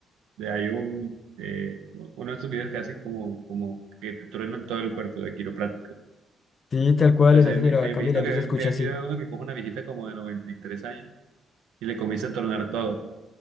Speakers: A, on the right; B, on the left.
A: de hay un, eh, uno de estos videos que hacen como, como que te truenan todo el cuerpo de quiropráctico?
B: Sí, tal cual,
A: Entonces,
B: esa
A: he
B: señora
A: vi-
B: va
A: hay
B: caminando
A: viejito que, hay
B: y se escucha
A: video
B: así.
A: de uno que coge una viejita como de 93 años y le comienza a tronar todo.